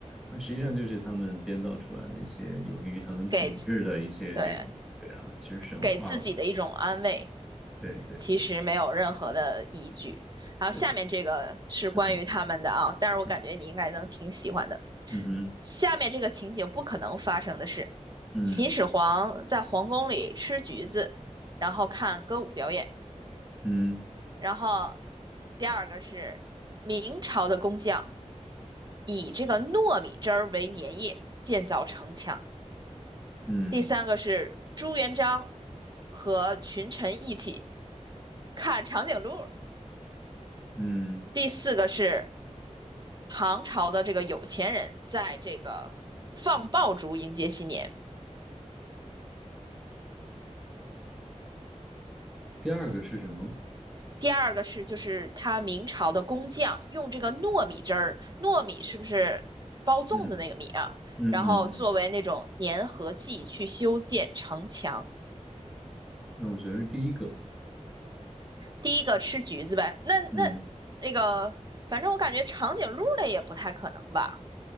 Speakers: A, in the centre; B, on the right (about 35°).
A: 啊，实际上就是他们编造出来的一些有利于他们统治的一些这种，
B: 给自对，
A: 对啊，其实神话吧，
B: 给自己的一种安慰，
A: 对对对
B: 其实没有任何的依据。然后下面这个是关于他们的啊，
A: 对，嗯
B: 但是我感觉你应该能挺喜欢的。
A: 嗯嗯哼
B: 下面这个情景不可能发生的是，
A: 嗯
B: 秦始皇在皇宫里吃橘子，然后看歌舞表演。
A: 嗯
B: 然后第二个是明朝的工匠以这个糯米汁儿为粘液建造城墙。
A: 嗯
B: 第三个是朱元璋和群臣一起看长颈鹿。
A: 嗯，
B: 第四个是唐朝的这个有钱人在这个放爆竹迎接新年。
A: 第二个是什么？
B: 第二个是就是他明朝的工匠用这个糯米汁儿，糯米是不是包粽子那个米啊？
A: 嗯嗯嗯嗯，
B: 然后作为那种粘合剂去修建城墙。
A: 那我觉得是第一个，
B: 第一个吃橘子呗，那那
A: 嗯。
B: 那个，反正我感觉长颈鹿类也不太可能吧？